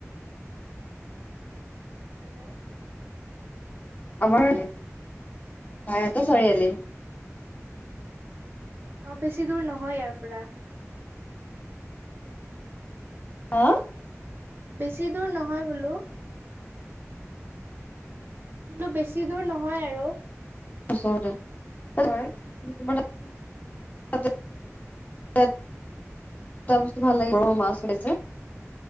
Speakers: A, on the right (about 45°); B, on the left (about 30°).
A: হেল্ল'!
B: আমাৰ বাইহাটা
A: অ
B: চাৰিআলি।
A: অ' বেছি দূৰ নহয় ইয়াৰ পৰা।
B: হা?
A: বেছি দূৰ নহয় বোলো। বোলো বেছি দূৰ নহয় আৰু।
B: ওচৰতে। <unintelligible>
A: উম
B: তাতে <unintelligible> দুটা বস্তু ভাল লাগে গৰৈ মাছ <unintelligible>